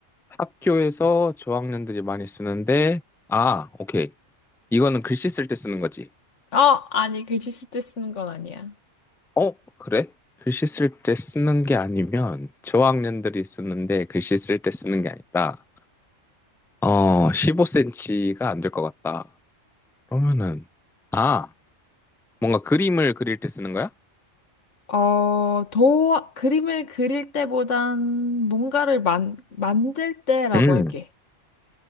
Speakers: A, in the centre; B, on the left.
A: 학교에서 저학년들이 많이 쓰는데, 아, 오케이. 이거는 글씨 쓸 때 쓰는 거지.
B: 어, 아니, 글씨 쓸 때 쓰는 건 아니야.
A: 어, 그래? 글씨 쓸 때 쓰는 게 아니면, 저학년들이 쓰는데 글씨 쓸 때 쓰는 게 아니라, 어, 15cm가 안 될 것 같다. 그러면은, 아, 뭔가 그림을 그릴 때 쓰는 거야?
B: 어, 도, 그림을 그릴 때보단 뭔가를 만, 만들 때라고
A: 음,
B: 할게.